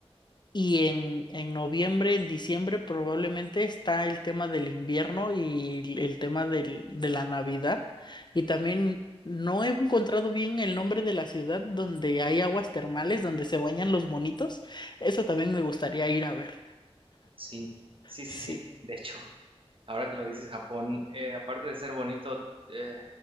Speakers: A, on the left (about 45°); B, on the right (about 55°).
A: Y en, en noviembre, en diciembre probablemente está el tema del invierno y el el tema del- de la Navidad. Y también no he encontrado bien el nombre de la ciudad donde hay aguas termales, donde se bañan los bonitos. Eso también me gustaría ir a ver.
B: Sí, sí,
A: Sí.
B: sí, sí. De hecho, <laughs> ahora que lo dices, Japón, eh, aparte de ser bonito, eh,